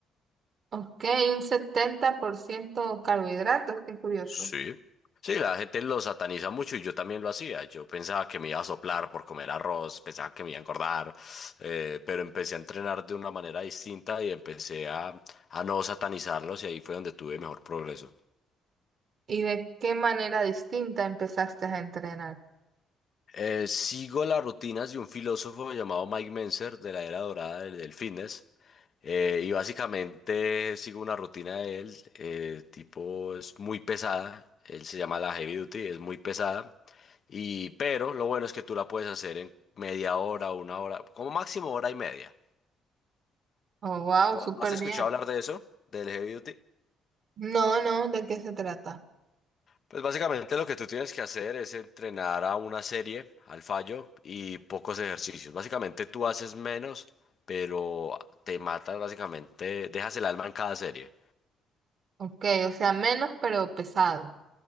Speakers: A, on the right (about 55°); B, on the left (about 50°).
A: Ok, un 70% carbohidratos, qué curioso.
B: Sí. Sí, la gente lo sataniza mucho y yo también lo hacía. Yo pensaba que me iba a soplar por comer arroz, pensaba que me iba a engordar, eh, pero empecé a entrenar de una manera distinta y empecé a, a no satanizarlos y ahí fue donde tuve mejor progreso.
A: ¿Y de qué manera distinta empezaste a entrenar?
B: Eh, sigo las rutinas de un filósofo llamado Mike Mentzer de la era dorada del, del fitness. eh, y básicamente sigo una rutina de él, eh, tipo es muy pesada, él se llama la Heavy Duty, es muy pesada, y, pero lo bueno es que tú la puedes hacer en media hora, una hora, como máximo hora y media.
A: Oh, wow,
B: ¿No,
A: súper
B: no has escuchado
A: bien.
B: hablar de eso? ¿Del Heavy Duty?
A: No, no, ¿de qué se trata?
B: Pues básicamente lo que tú tienes que hacer es entrenar a una serie, al fallo y pocos ejercicios. Básicamente tú haces menos, pero te matas básicamente, dejas el alma en cada serie.
A: Ok, o sea, menos pero pesado.